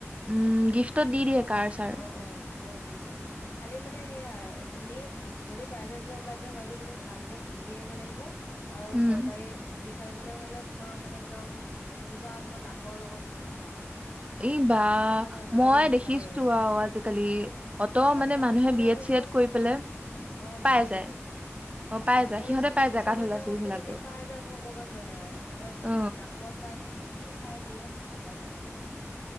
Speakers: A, on the right; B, on the left.
A: উম গিফ্টত দি দিয়ে কাৰ চাৰ
B: অ অ অ দি দিয়ে খালি মানে সেয়া তুমি যদি প্ৰাইভেট জৱ লাগে হয়তো তুমি ভালকে পঢ়ি আহিব লাগিব। আৰু
A: উম
B: চৰকাৰী বিচাৰিবলৈ হলে তোমাৰ মানে একদম সেইটোতো আৰু তোমাৰ লাকৰ লগতো কথা আৰু
A: এই বা
B: লাক নহলে আজিকালি
A: মই
B: নাপায়ে
A: দেখিছো আৰু আজিকালি অত
B: কিছুমান
A: মানে
B: গাধৰ
A: মানুহে বি
B: ল'ৰা
A: এড
B: ছোৱালীও
A: চি এড কৰি পেলাই
B: অ
A: পাই
B: বহি
A: যায়
B: থাকে
A: অ পাই
B: গাধৰ
A: যায় সিহঁতে
B: লৰা ছোৱালী
A: পাই
B: কিছুমানেও
A: যায় গাধ ল'ৰা ছোৱালী
B: কেনেকে
A: বিলাকেও
B: পাই যায় ভগৱান জানে আৰু সিহঁতৰ
A: অ
B: লাকত পায় নে কি চাই দিয়ে ভগৱান জানে আৰু